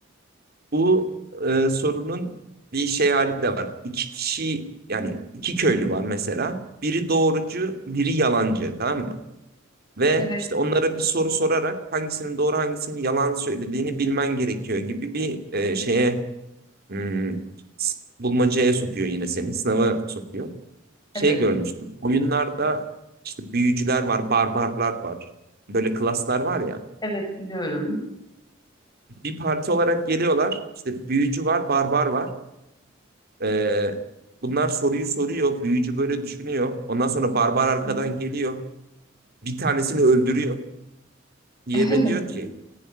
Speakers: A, on the right (about 55°); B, on the left (about 20°).
A: <laughs> Bu e, sorunun bir şey hali de var. İki kişi yani iki köylü var mesela. Biri doğrucu, biri yalancı, tamam mı? Ve
B: Evet.
A: işte onlara bir soru sorarak hangisinin doğru hangisinin yalan söylediğini bilmen gerekiyor gibi bir e, şeye hmm, s- bulmacaya sokuyor yine seni sınava sokuyor.
B: Evet.
A: Şey görmüştüm oyunlarda işte büyücüler var barbarlar var böyle klaslar var ya
B: Evet biliyorum.
A: bir parti olarak geliyorlar İşte büyücü var barbar var. E, bunlar soruyu soruyor büyücü böyle düşünüyor ondan sonra barbar arkadan
B: Evet.
A: geliyor bir tanesini öldürüyor. Diğerine
B: <laughs>
A: diyor ki